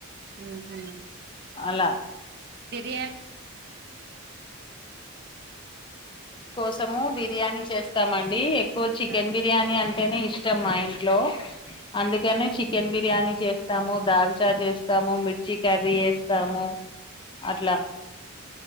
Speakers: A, on the right; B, on the left.
A: మ్ హ్
B: అలా
A: బిర్యాన్
B: కోసము బిర్యానీ చేస్తామండి. సో చికెన్
A: అవును
B: బిర్యానీ అంటేనే ఇష్టం మా ఇంట్లో అందుకనే చికెన్ బిర్యానీ చేస్తాము. దాల్చా చేస్తాము. మిర్చి కర్రీ చేస్తాము అట్లా